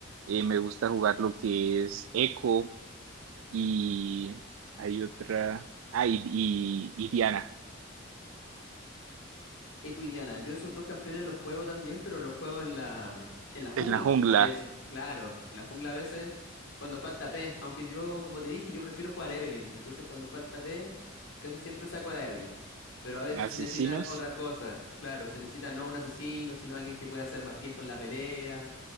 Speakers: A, on the right; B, on the left.
A: eh, me gusta jugar lo que es Echo y hay otra, ah, y, y- y Diana
B: Eco y Diana. Yo esos dos campeones los juego también, pero los juego en la, en la jungla
A: en la jungla,
B: a veces. Claro, en la jungla a veces cuando falta P. Aunque yo, como te dije, yo prefiero jugar Evelynn. Entonces cuando falta P, casi siempre saco a la Evelynn. Pero a veces
A: asesinos.
B: se necesitan otras cosas. Claro, se necesita no un asesino, sino alguien que pueda hacer más tiempo en la pelea.